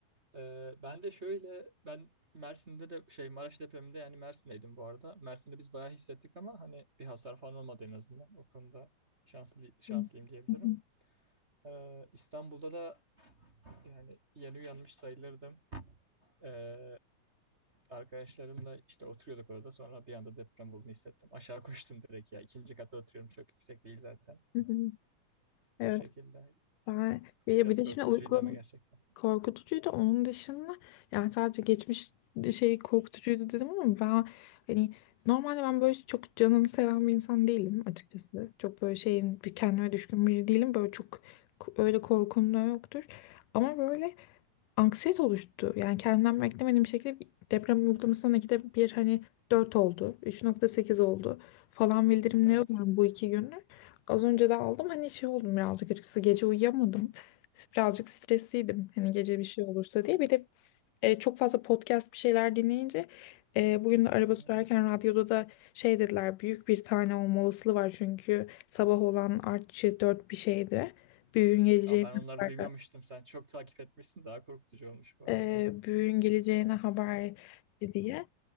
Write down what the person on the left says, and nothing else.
Hı.
hı.
Hı hı. Evet
ben bir,
bir de
şimdi uyku
korkutucuydu onun dışında yani sadece geçmiş şey korkutucuydu dedim ama ben hani normalde ben böyle çok canını seven bir insan değilim açıkçası çok böyle şeyin bir kendime düşkün biri değilim böyle çok k- öyle korkum da yoktur ama böyle anksiyete oluştu. Yani kendimden beklemediğim bir şekilde deprem uygulamasından ikide bir hani 4 oldu, 3.8 oldu falan bildirimleri
alıyorum bu iki gündür. Az önce de aldım hani şey oldum birazcık açıkçası gece uyuyamadım. Birazcık stresliydim hani gece bir şey olursa diye. Bir de e, çok fazla podcast bir şeyler dinleyince e, bugün de araba
sürerken radyoda da şey dediler büyük bir tane olma olasılığı var çünkü sabah olan artçı 4 bir şeydi. Büyüğün geleceği
<laughs>
e, büyüğün geleceğine haber diye